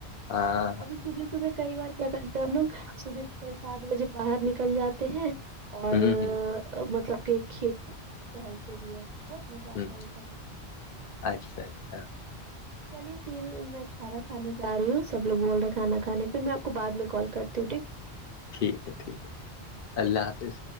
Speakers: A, on the left; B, on the right.
A: ہاں
B: اور پھر صبح صبح کئی بار کیا کرتے ہیں ہم لوگ صبح چھ سات بجے باہر نکل جاتے ہیں اور
A: ہوں ہ
B: مطلب کہ کھیت میں ٹہلتے بھی ہے بہت مزہ آتا
A: ہ
B: ہے ایک دم
A: اچھا اچھا
B: چلیے پھر میں کھانا کھانے جا رہی ہوں سب لوگ بول رہے ہیں کھانا کھانے پھر میں آپ کو بعد میں کال کرتی ہوں ٹھیک
A: ٹھیک ہے ٹھیک ہے اللہ حافظ